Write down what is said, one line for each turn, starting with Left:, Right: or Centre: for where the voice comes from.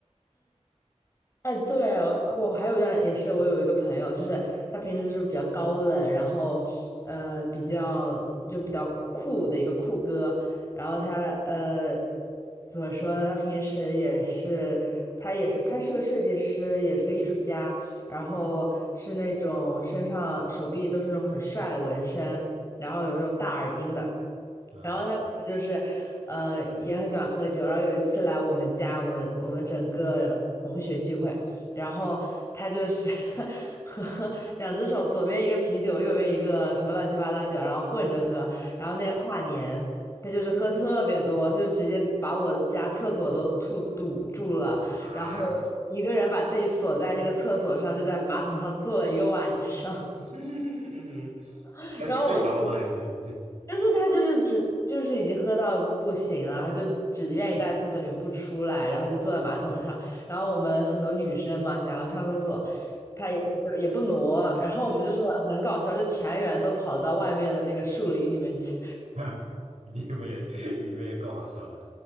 Left: 哎，对，我还有一段也是，我有一个朋友，就是他平时就是比较高冷，然后呃比较就比较酷的一个酷哥，然后他呃怎么说呢？他平时也是他也是他是个设计师，也是个艺术家，然后是那种身上手臂都是那种很帅的纹身，然后有那种大耳钉的，
Right: 嗯
Left: 然后他就是，呃，也很喜欢喝酒。然后有一次来我们家，我们我们整个同学聚会，然后他就是 <laughs> 喝两只手，左边一个啤酒，右边一个什么乱七八糟酒，然后混着喝。然后那天跨年，他就是喝特别多，他就直接把我家厕所都吐堵住了，
Right: 啊，
Left: 然后一个人把自己锁在那个厕所上，就在马桶上坐了一个晚上。
Right: <laughs> 嗯哼
Left: <laughs>
Right: 他是睡着了吗？
Left: 然后我们
Right: 还是
Left: 就是他就是只就是已经喝到不行了，然后就只愿意待在厕所里面不出来，然后就坐在马桶上。然后我们很多女生嘛，想要上厕所，他也就是也不挪，然后我们就是很搞笑，就全员都跑到外面的那个树林里面去。
Right: <laughs> 你们也你们也够好笑的